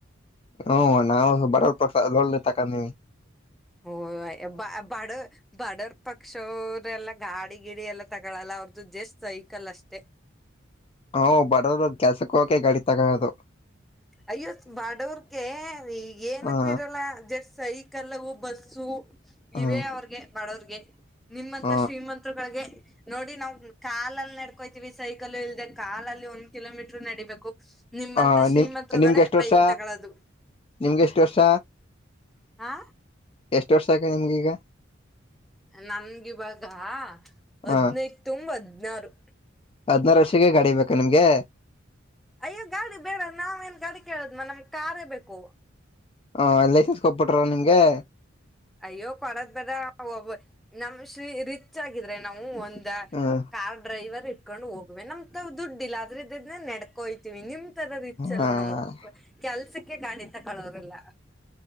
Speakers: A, on the left; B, in the centre.
A: ಹ್ಮ ನಾವು ಬರೋ ಪ್ರ ತಕಂದೀವಿ
B: ಹಓ ಬ ಬಡ ಬಡರ್ ಪಕ್ಷವರೆಲ್ಲಾ ಗಾಡಿ ಗಿಡ ಎಲ್ಲ ತಗೊಳಲ್ಲ ಅವ್ರದ್ದು ಜಸ್ಟ್ ಸ್ಯೆಕಲ್ ಅಷ್ಟೆ
A: ಹ ಬರೋರು ಕೆಲಸಕ್ಕೆ ಹೋಗಕೆ ಗಾಡಿ ತಗೊಳೋದು
B: ಅಯ್ಯೋ ಬಾಡೋರ್ಕ ಈ ಏನಕ್ಕೂ
A: ಹ
B: ಇರಲ್ಲ ಜಸ್ಟ್ ಸೈಕಲ್ಲ ಬಸ್ಸು
A: ಹ
B: ಇವೇ ಅವ್ರಗೆ ಬಡವರ್ಿಗೆ ನಿಮ್ಮಂತ
A: ಹ
B: ಶ್ರೀಮಂತರುಗಳಿಗೆ ನೋಡಿ ನಾವ್ ಕಾಲಲ್ಲಿ ನಡ್ಕೋತೀವಿ ಸೈಕಲ್ ಇಲ್ದೆ ಕಾಲಲ್ಲಿ ಒಂದ್ ಕಿಲೋಮೀಟರ್ ನಡಬೇಕು ನಿಮ್ಮಂತ
A: ಹ
B: ಶ್ರೀಮಂತರುಗಳೇ
A: ನಿಮ್ ನಿಮ್ಗೆ ಎಷ್ಟು
B: ಬೈಕ್
A: ವರ್ಷ
B: ತಗಳದು
A: ನಿಮ್ಗೆ ಎಷ್ಟು ವರ್ಷ
B: ಆ
A: ಎಷ್ಟು ವರ್ಷ ಆಾಕಿ ನಿಮ್ಗೀಗ
B: ನಮಗ ಇವಾಗ ಹದ್ನೈದು
A: ಹ
B: ತುಂಬ ಹದ್ನಾರು
A: ಹದ್ನಾರು ವರ್ಷಗೆ ಗಾಡಿ ಬೇಕಾ ನಿಮ್ಗೆ
B: ಅಯ್ಯೋ ಗಾಡಿ ಬೇಡ ನಾವ್ೇಏನ್ ಗಾಡಿ ಕೇಳದ್ಮ ನಮ್ ಕಾರೇ ಬೇಕು
A: ಹಾ ಲೈಸೆನ್ಸ್ ಕೊಬಿಟ್ರ ನಿಂಗೆ
B: ಅಯ್ಯೋ ಕೊಡದ್ ಬೇಡ ಒಬ್ಬ ನಮ ಶ್ರೀ ರಿಚ್ ಆಗಿದ್ರೆ ನಾವು ಒಂದ
A: ಹ್ಮ
B: ಕಾರ್ ಡ್ರೈವರ್ ಇಟ್ಕೊಂಡು ಹೋಗ್ವೆ ನಮ್ ತ ದುಡ್ಡಿಲ್ಲ ಆದ್ರೆ ಇದ ಇದ ನಡ್ಕೋಯ್ತಿೀವಿ ನಿಮ ತರ ರಿಚ್ ಅಲ್ಲ
A: ಹ
B: ನಮ್ ಕೆಲ್ಸಕ್ಕೆ ಕಂಡಿತ ಕಳೋ್ರಲ್ಲ